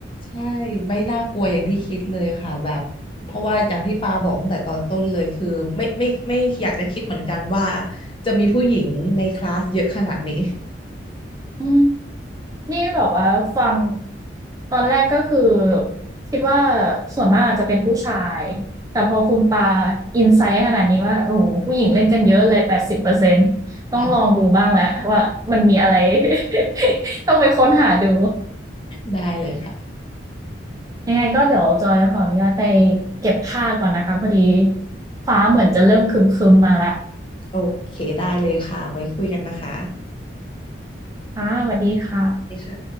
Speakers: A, on the left; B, on the right.
A: ใช่ไม่น่ากลัวอย่างที่คิดเลยค่ะแบบเพราะว่าอย่างที่ปาบอกตั้งแต่ตอนต้นเลยคือไม่ไม่ไม่อยากจะคิดเหมือนกันว่าจะมีผู้หญิงในคลาสเยอะขนาดนี้
B: อืม นี่แบบว่าฟังตอนแรกก็คือคิดว่าส่วนมากอาจจะเป็นผู้ชายแต่พอคุณปาอินไซต์ขนาดนี้ว่าโอ้โหผู้หญิงเล่นกันเยอะเลยแปดสิบเปอร์เซ็นต์ต้องลองดูบ้างแล้วว่ามันมีอะไร
A: ค่ะ
B: <laughs> ต้องไปค้นหาดู
A: ได้เลยค่ะ
B: ยังไงก็เดี๋ยวจอยขออนุญาตไปเก็บผ้าก่อนนะคะพอดีฟ้าเหมือนจะเริ่มครึมๆมาละ
A: โอเคได้เลยค่ะไว้คุยกันนะคะ
B: ค่ะสวัสดีค่ะ
A: ดีค่ะ